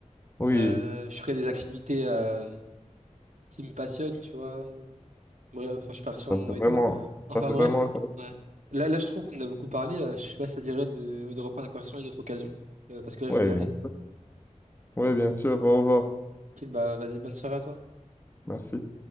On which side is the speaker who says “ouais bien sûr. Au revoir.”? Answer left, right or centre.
Left